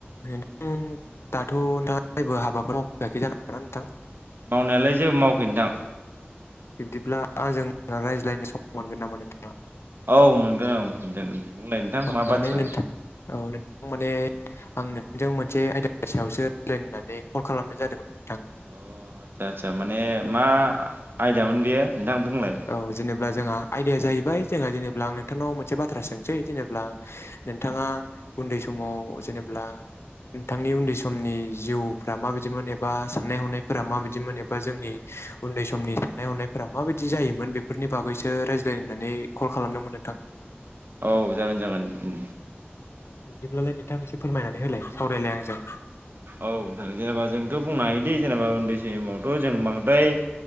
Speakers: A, on the left; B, on the right.
A: <unintelligible>
B: मावनायालाय जेबो मावाखै नोथां
A: बिब्दिब्ला आंजों रायज्लायनो सम मोनगोन नामा नोंथां
B: औ मोनगोन औ दे बुंलाय नोंथां
A: अ
B: मा
A: माने
B: बाथ्रा
A: नोंथां औ नोंथां आं माने मोनसे आइदानि सायावसो रायलायनो होन्नानै कल खालामनाय जादोंमोन नोंथां।
B: अ आदसा आदसा माने मा आयदामोन बेयो नोंथां बुंलाय
A: औ जेनेब्ला जोंहा आयदाया जाहैबाय जोंहा जेनेबा आं नोंथांनाव मोनसे बाथ्रा सोंसै जेनेब्ला नोंथाङा उन्दै समाव जेनेब्ला नोंथांनि उन्दै समनि जिउफ्रा माबायदिमोन एबा साननाय हनायफोरा माबायदिमोन एबा जोंनि उन्दै समनि साननाय हनायफोरा माबाय दि जायोमोन बेफोरनि बागैसो रायज्लायनो होननानै कल खालामदोंमोन नोंथां।
B: औ जागोन जागोन उम
A: बिब्दिब्लालाय नोंथां एसे फोरमायनानै होलाय सावरायलाय आंजों
B: औ नोंथां जेनेबा जोंथ' बुंनो हायोदि जेनेबा उन्दै समावथ' जों बांद्राय